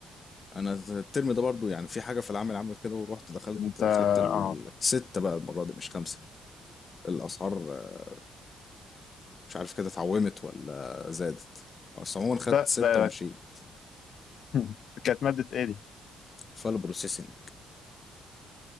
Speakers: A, on the left (about 35°); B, on the left (about 60°).
A: انا الترم ده برضو يعني في حاجه في العمل عملت كده ورحت دخلت
B: انت اه
A: خدت الستة بقى المره دي مش خمسه الاسعار آه، مش عارف كده اتعومت ولا زادت بس عموما
B: انت
A: خدت ستة
B: ده
A: ومشيت
B: <laughs> كانت مادة ايه دي؟
A: فال بروسيسنج